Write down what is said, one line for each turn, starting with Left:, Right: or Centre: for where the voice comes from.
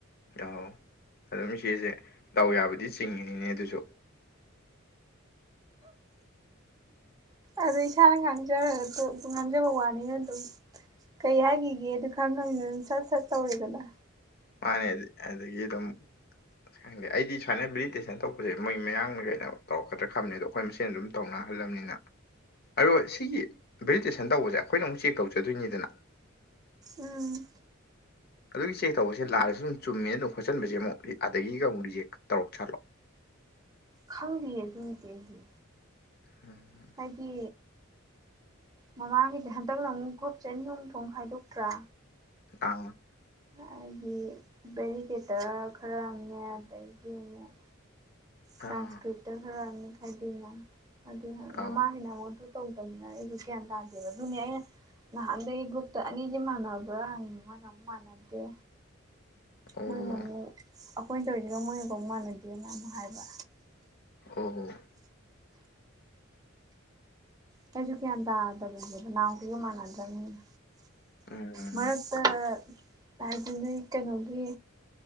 Left: ꯑꯣ ꯑꯗꯨꯝ ꯏꯆꯦꯁꯦ ꯗꯥꯎ ꯌꯥꯕꯨꯗꯤ ꯆꯤꯡꯉꯤꯅꯤꯅꯦ ꯑꯗꯨꯁꯨ
Right: ꯑꯗ ꯏꯁꯥꯅ ꯉꯥꯡꯖꯔ ꯉꯥꯡꯖꯕ ꯋꯥꯅꯤꯅ ꯑꯗꯨꯝ ꯀꯩ ꯍꯥꯏꯈꯤꯒꯦ ꯈꯪꯉꯅꯤꯅ ꯑꯗꯨꯝ ꯁꯠ ꯁꯠ ꯇꯧꯔꯦꯗꯅ
Left: ꯃꯥꯅꯦ ꯑꯗꯨ ꯑꯗꯨ ꯗꯤ ꯑꯗꯨꯝ ꯈꯪꯗꯦ ꯑꯩꯗꯤ ꯁꯨꯃꯥꯏꯅ ꯃꯦꯗꯤꯇꯦꯁꯟ ꯇꯄꯁꯦ ꯃꯣꯏ ꯃꯌꯥꯡꯅ ꯀꯩꯅꯣ ꯇꯧꯔꯛꯗ꯭ꯔ ꯈꯕ ꯑꯗꯣ ꯑꯩꯈꯣꯏ ꯃꯁꯦꯟ ꯑꯗꯨꯝ ꯇꯧꯅ ꯑꯍꯜꯂꯅꯤꯅ ꯑ ꯁꯤꯒꯤ ꯚꯦꯖꯤꯇꯦꯁꯟ ꯇꯧꯕꯁꯦ ꯑꯩꯈꯣꯏꯅ ꯑꯃꯨꯛ ꯆꯦꯛ ꯇꯧꯖꯗꯣꯏꯅꯤꯗꯅ
Right: ꯎꯝ
Left: ꯑꯗꯨꯒꯤ ꯆꯦꯛ ꯇꯧꯕꯁꯦ ꯂꯥꯜꯂꯁꯨ ꯑꯗꯨꯨꯝ ꯆꯨꯝꯃꯦꯅ ꯈꯣꯠꯆꯟꯕꯁꯦ ꯑꯃꯨꯛ ꯑꯗꯒꯤꯒ ꯑꯃꯨꯛ ꯔꯤꯖꯦꯛ ꯇꯧꯔꯛ ꯁꯥꯠꯂꯣ
Right: ꯈꯪꯗꯌꯦ ꯑꯗꯨꯃꯗꯤ ꯑꯩꯒꯤ
Left: ꯎꯝ
Right: ꯍꯥꯏꯗꯤ ꯃꯃꯥꯡꯒꯤꯗꯤ ꯍꯟꯗꯛꯅ ꯑꯃꯨꯛ ꯒ꯭ꯔꯨꯞ ꯑꯅꯤ ꯑꯍꯨꯝ ꯊꯣꯛꯅ ꯈꯥꯏꯗꯣꯛꯇ꯭ꯔꯥ
Left: ꯑꯡ
Right: ꯑꯩꯗꯤ ꯕꯦꯔꯤꯒꯦꯗꯔ ꯈꯔꯅꯦ ꯑꯗꯒꯤ ꯑꯃꯨꯛ ꯇ꯭ꯔꯥꯟꯁꯀ꯭ꯔꯤꯇ
Left: ꯑꯥ
Right: ꯈꯔ ꯑꯃꯅꯤꯛ ꯈꯥꯏꯗꯣꯏꯅ ꯑꯗꯨ ꯃꯥꯃꯥꯡꯒꯤꯅ
Left: ꯑꯥꯎ
Right: ꯑꯃꯨ ꯇꯧꯗꯕꯅꯤꯅ ꯑꯩꯁꯨ ꯒ꯭ꯌꯥꯟ ꯇꯥꯗꯦꯕ ꯑꯗꯨꯅꯦ ꯑꯩꯅ ꯅꯍꯥꯟꯗꯒꯤ ꯒ꯭ꯔꯨꯞꯇ ꯑꯅꯤꯖꯦ ꯃꯥꯟꯅꯕ꯭ꯔꯥ ꯍꯪꯔꯤꯅꯦ ꯃꯣꯏꯅ ꯑꯃꯨꯛ ꯃꯥꯟꯅ ꯗꯦ
Left: ꯑꯣ
Right: ꯃꯣꯏ ꯑꯃꯨꯛ ꯑꯩꯈꯣꯏꯅ ꯇꯧꯔꯤꯖꯤꯅ ꯃꯣꯏꯒ ꯑꯃꯨꯛ ꯃꯥꯟꯅꯗꯦꯅ ꯑꯃ ꯍꯥꯏꯕ
Left: ꯑꯣ
Right: ꯀꯩꯁꯨ ꯒ꯭ꯌꯥꯟ ꯇꯥꯗꯕꯅꯦꯕ ꯅꯍꯥꯟꯃꯨꯛꯀ ꯃꯥꯟꯅꯗ꯭ꯔꯅꯤꯅ
Left: ꯎꯝ
Right: ꯃꯔꯛꯇ ꯍꯥꯏ ꯑꯗꯨ ꯅꯣꯏ ꯀꯩꯅꯣꯒꯤ